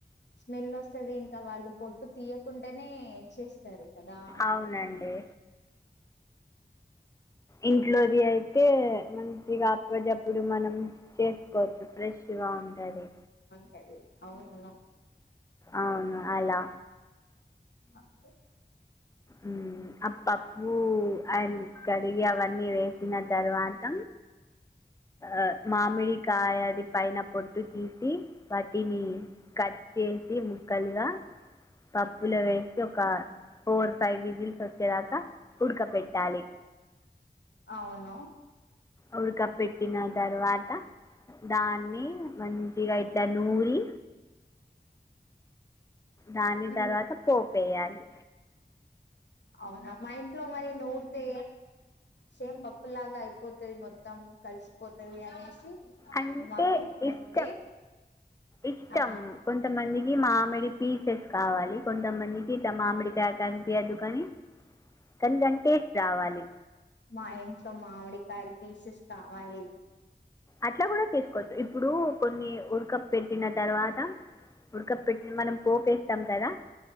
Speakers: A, on the left (about 85°); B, on the left (about 20°).
A: స్మెల్ వస్తుది ఇంకా వాళ్ళు పొట్టు తీయకుంటనే క <unintelligible> చేస్తారు కదా అ
B: అవునండి ఇంట్లోది అయితే మంచిగా అప్పడిదప్పుడు మనం చేసుకోవచ్చు ఫ్రెష్ తుగా ఉంటది
A: టది అవును అలా
B: అవును అలా
A: అే
B: మ్ ఆ పప్పూ అండ్ కడిగి అవన్నీ వేసిన తర్వాత ఆ మామిడి కాయది పైన పొట్టు తీసి వాటిని కట్ చేసి ముక్కలుగా పప్పులో వేసి ఒక ఫోర్ ఫైవ్ విజిల్స్ వచ్చేదాకా ఉడక పెట్టాలి
A: అవును
B: ఉడక పెట్టిన తారువా త దాన్ని మంచిగా ఇట్ల నూరి దాని
A: ఉమ్,
B: తర్వాత పోపేయ్యాలి
A: అవునా మా ఇంట్లో మరి నూడితే సేమ్ పప్పులాగా అయిపోతది మొత్తం కలిసిపోతది అనేసి
B: అంటే
A: మమ్మీ ముందే
B: ఇష్టం ఇష్టం
A: ఆ
B: కొంతమందికి మామిడి పీసెస్ కావాలి కొంతమందికి ఇట్ట మామిడికాయ కనిపియదు కానీ కాని దాని టేస్ట్ రావాలి
A: మా ఇంట్లో మామిడికాయల్ పీసెస్ కావాలి
B: అట్లా కూడా చేసుకోవచ్చు ఇప్పుడు కొన్ని ఉడక పెట్టిన తర్వాత ఉడక పెట్టిన మనం పోపేస్తాం కదా